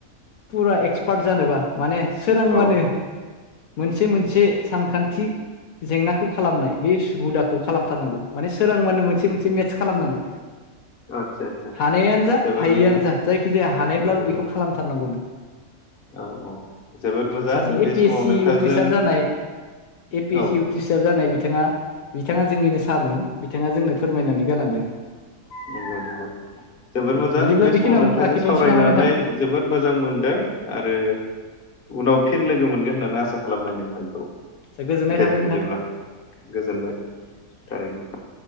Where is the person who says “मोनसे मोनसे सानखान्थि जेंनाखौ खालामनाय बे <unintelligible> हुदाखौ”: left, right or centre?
Left